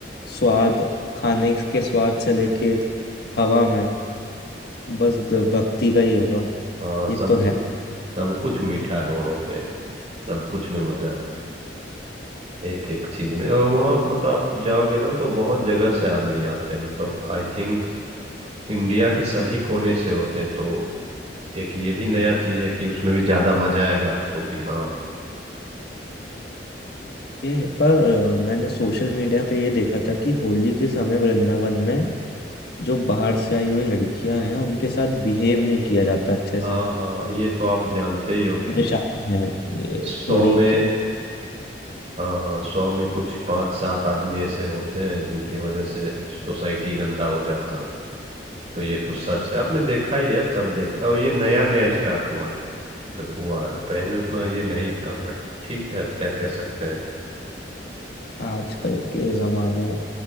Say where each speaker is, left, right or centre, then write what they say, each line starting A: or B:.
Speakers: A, on the left; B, on the right.
A: स्वाद खाने के स्वाद से लेके हवा में बस द- भक्ति का ही होगा
B: हाँ
A: ये
B: सब
A: तो है
B: कुछ सब कुछ मीठा है वहाँ पे सब कुछ में मजा है एक एक चीज में और वहाँ मतलब आप जाओगे ना तो बहुत जगह से आदमी आते हैं मतलब आई थिंक इंडिया के सभी कोने से होते हैं तो एक ये भी नया चीज है कि उसमें भी ज्यादा मजा आएगा आपको कि हाँ
A: अच्छे पर अ, मैंने सोशल मीडिया पे ये देखा था कि होली के समय वृंदावन में जो बाहर से आई हुई लड़कियां हैं उनके साथ बिहेव नहीं किया जाता अच्छे
B: हाँ
A: से
B: हाँ ये तो आप जानते ही हो कि
A: परेशान है ये
B: सौ
A: थोड़ी
B: में
A: कि
B: हाँ हाँ सौ में कुछ पांच सात आदमी ऐसे होते हैं जिनकी वजह से सोसाइटी गंदा हो जाता है तो ये तो सच है आपने देखा ही है सब देखे और ये नया नया स्टार्ट हुआ हुआ है पहले उतना ये नहीं था बट ठीक है अब क्या कह सकते हैं
A: आजकल के जमाने